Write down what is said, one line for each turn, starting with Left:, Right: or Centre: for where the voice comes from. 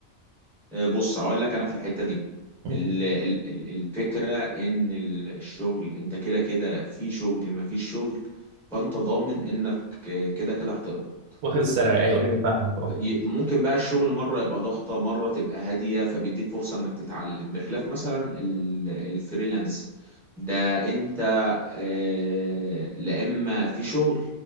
Centre: آه، بص هقول لك انا في الحته دي
Right: مم.
Centre: ال- ال- ال- الفكره ان ال- الشغل انت كده كده في شغل ما فيش شغل فانت ضامن انك كده كده هتقبض
Right: واخد السالاري
Centre: ماشي
Right: ايوه ايوه فاهمك اه
Centre: ي- ممكن بقى الشغل مرة يبقى ضغطة مرة تبقى هادية فبيديك فرصة انك تتعلم بخلاف مثلا ال- الفريلانس ده انت آه، لا اما في شغل